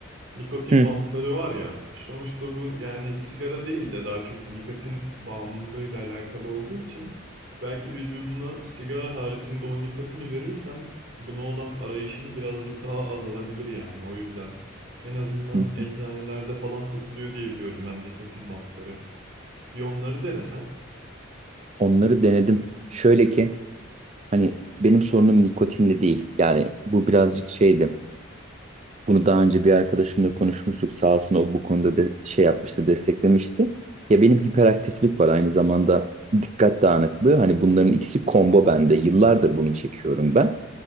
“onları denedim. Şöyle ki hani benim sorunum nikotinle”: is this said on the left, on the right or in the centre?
Right